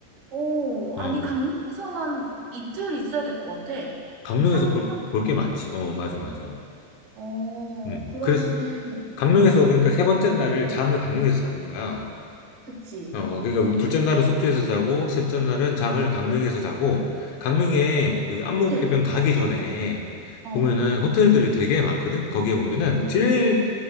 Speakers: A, on the right (about 50°); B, on the left (about 80°).
A: 오,
B: 어,
A: 아니, 강릉에서만 이틀 있어야 될 것 같아.
B: 강릉에서
A: 삼,
B: 볼, 볼 게 많지. 어, 맞아, 맞아.
A: 어,
B: 음,
A: 그러면은,
B: 그래서 강릉에서
A: 음,
B: 그러니까 세 번째 날을 잠을 강릉에서 자는 거야.
A: 그치.
B: 어, 그러니까 우리 둘째 날은 속초에서 자고 셋째 날은 잠을 강릉에서 자고 강릉에 그 안목
A: 이틀.
B: 해변 가기 전에
A: 어, 어,
B: 보면은 호텔들이 되게 많거든. 거기에 보면은
A: 음.
B: 제일